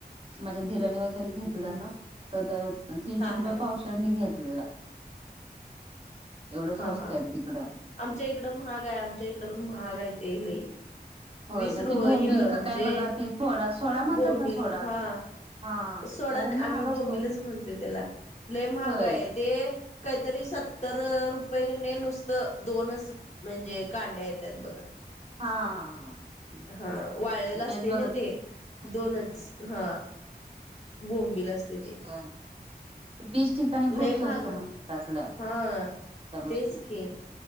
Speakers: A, on the right; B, on the left.
A: माझ्या दिरानी वगैरे घेतलं
B: हम्म
A: ना तर त-तीनशे
B: हा
A: रुपये
B: हा
A: पावसाळनी घेतलेला. एवढं
B: हा
A: स्वस्त
B: हा
A: आहे तिकडं.
B: आमच्या इकडं महाग आहे, आमच्या इकडं पण महाग आहे ते लई.
A: होय
B: विसरू
A: ना ते बोंबिल
B: य
A: का
B: म्हणजे,
A: काय बघा ते सोडा सोडा म्हणतात
B: बोंबिल
A: ना सोडा
B: हा.
A: हा
B: सोडाने
A: तो महाग
B: आम्ही
A: असतो
B: बोंबीलच म्हणतोय त्याला. लय महागा
A: होय
B: आहे ते काहीतरी सत्तर रु पय नुसतं दोनच म्हणजे कांड्या येतात बघा.
A: हा. हम्म.
B: हा वाळलेलं असते
A: तेच बघत
B: ना ते
A: हम्म
B: दोनच
A: हम्म हम्म.
B: ह.
A: हा.
B: बोंबीला असते
A: तेच
B: ते.
A: ग- ते बीच ठिकाणी
B: लय
A: खूप स्वस्त
B: महाग
A: मिळतात असल्या
B: हा
A: त्या गोष्टी
B: तेच कि.